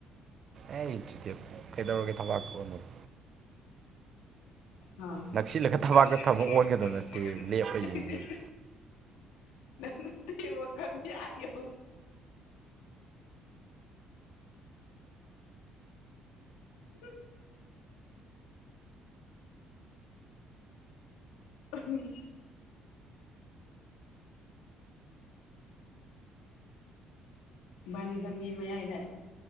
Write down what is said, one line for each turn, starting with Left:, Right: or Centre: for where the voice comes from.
Right: ꯑꯩ ꯢꯟꯆꯤꯇꯦꯞ ꯀꯩꯗꯧꯔꯒꯦ ꯊꯕꯥꯛꯇ ꯑꯣꯟꯕꯗꯣ
Left: ꯍꯥ
Right: ꯅꯛꯁꯤꯜꯂꯒ ꯊꯕꯥꯛꯇ
Left: ꯃꯁꯤ ꯂꯦꯕꯦꯜ
Right: ꯊꯝꯃ
Left: ꯁꯤꯗꯤ ꯊꯕꯥꯛꯇ
Right: ꯑꯣꯟꯒꯗꯕ
Left: ꯊꯝꯃꯒ
Right: ꯅꯠꯇꯦ
Left: ꯑꯣꯟꯗꯧ ꯅꯠꯇꯤꯌꯦ
Right: ꯂꯦꯞꯄ ꯌꯦꯡꯖꯕ
Left: ꯅꯠꯇ ꯋꯥꯈꯜꯗꯤꯌꯥꯏꯒ <inaudible> ꯎꯝ ꯕꯥꯅꯤ ꯇꯝꯕꯤ ꯃꯌꯥꯏꯗ